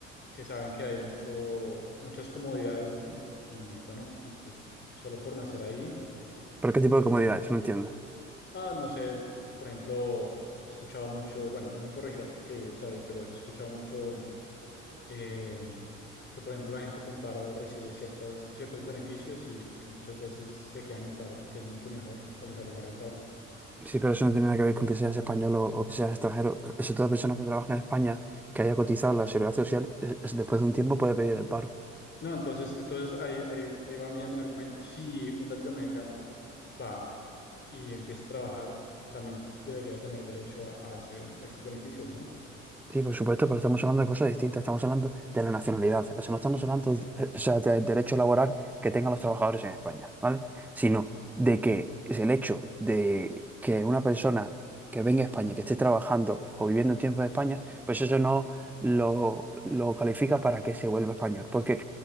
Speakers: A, on the left; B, in the centre.
A: que saben que hay mucho, muchas comodidades, ¿no? Y bueno, y pues solo por nacer ahí.
B: ¿Pero qué tipo
A: eh,
B: de comodidades? No entiendo.
A: ah, no sé, por ejemplo, he escuchado mucho, bueno, tú me corregirás porque vives ahí, pero yo he escuchado mucho eh, que por ejemplo la gente con paro recibe ciertas, ciertos beneficios y, y muchas veces se quedan en paro porque es mucho mejor o les sale más rentable.
B: Sí, pero eso no tiene nada que ver con que seas español o, o que seas extranjero. Eso toda persona que trabaja en España, que haya cotizado en la seguridad social, eh, es- después de un tiempo puede pedir el paro.
A: No, entonces, entonces ahí, ahí, ahí va mi, mi argumento. Si un latinoamericano va y empieza a trabajar, también debería tener derecho a, a ese- esos beneficios, ¿no?
B: Sí, por supuesto, pero estamos hablando de cosas distintas. Estamos hablando de la nacionalidad. O sea, no estamos hablando, eh, o sea, del derecho laboral que tengan los trabajadores en España, ¿vale? Sino de que es el hecho de que una persona que venga a España, que esté trabajando o viviendo un tiempo en España, pues eso no lo, lo califica para que se vuelva español. Porque